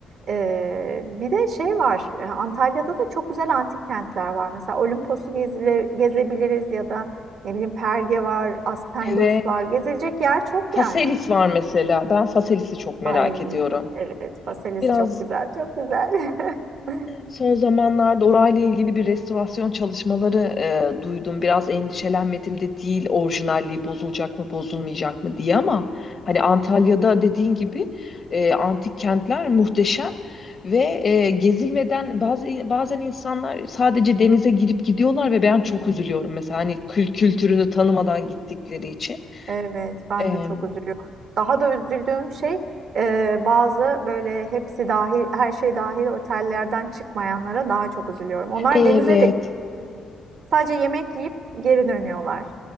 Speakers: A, on the right; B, on the left.
A: E, bir de şey var e, Antalya'da da çok güzel antik kentler var. Mesela Olimpos'u gezile- gezebiliriz ya da ne bileyim Perge var, Aspendos
B: Evet.
A: var. Gezilecek yer çok
B: Faselis
A: yani.
B: var mesela. Ben Faselis'i çok merak
A: Ay
B: ediyorum.
A: evet Faselis
B: Biraz
A: çok güzel, çok güzel. <laughs>
B: Son zamanlarda orayla ilgili bir restorasyon çalışmaları e, duydum. Biraz endişelenmedim de değil orijinalliği bozulacak mı bozulmayacak mı diye ama hani Antalya'da dediğin gibi e, antik kentler muhteşem ve e, gezilmeden bazı bazen insanlar sadece denize girip gidiyorlar ve ben çok üzülüyorum mesela hani kül kültürünü tanımadan gittikleri için.
A: Evet, ben
B: Em,
A: de çok üzülüyorum. Daha da üzüldüğüm şey e, bazı böyle hepsi dahil, her şey dahil otellerden çıkmayanlara daha çok üzülüyorum. Onlar
B: evet.
A: denize de Sadece yemek yiyip geri dönüyorlar.